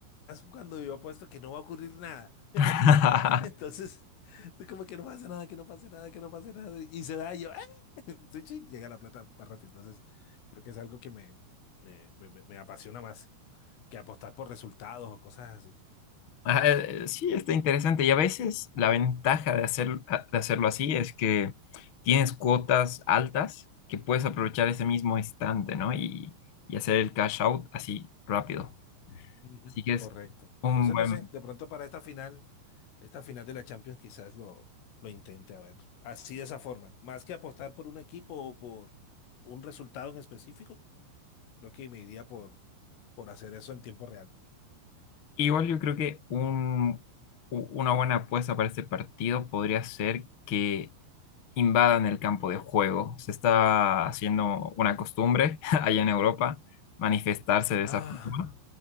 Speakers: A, on the left; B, on the left.
A: cuando yo apuesto que no va a ocurrir nada. <laughs>
B: <laughs>
A: Entonces, tú como que no pasa nada, que no pase nada, que no pase nada. Y se da y yo, ¡ah! <laughs> Sí, sí, Llega la plata más rápido. Entonces, creo que es algo que me, eh, me, me- me apasiona más que apostar por resultados o cosas así.
B: Ah, eh, sí, está interesante. Y a veces la ventaja de hacer, ah, de hacerlo así es que tienes cuotas altas que puedes aprovechar ese mismo instante, ¿no? Y, y hacer el cash out así rápido.
A: Ujú.
B: Así que
A: Correcto.
B: es un
A: Entonces,
B: buen...
A: no sé, de pronto para esta final, esta final de la Champions quizás lo, lo intente a ver. Así de esa forma. Más que apostar por un equipo o por un resultado en específico, Creo que me iría por, por hacer eso en tiempo real.
B: Igual yo creo que un, u- una buena apuesta para este partido podría ser que invadan el campo de juego. Se está haciendo una costumbre <laughs> allá en Europa manifestarse de
A: Ah,
B: esa forma.